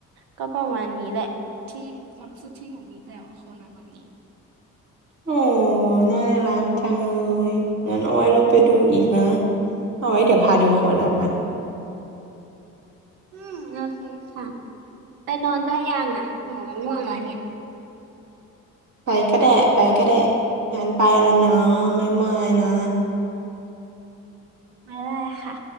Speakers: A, on the right; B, on the right.
A: ก็ประมาณนี้แหละที่ความรู้สึกที่หนูมีแต่โคนันวันนี้
B: โอ้น่ารักจังเลยงั้นเอาไว้เราไปดูอีกนะ เอาไว้เดี๋ยวพาดูคนนั้นนะ
A: อืม โอเคค่ะไปนอนได้ยังอ่ะหนูง่วงแล้วเนี่ย
B: ไปก็แดะไปก็แดะงั้นไปแล้วนะไมายมายนะ
A: ไม่ได้ค่ะ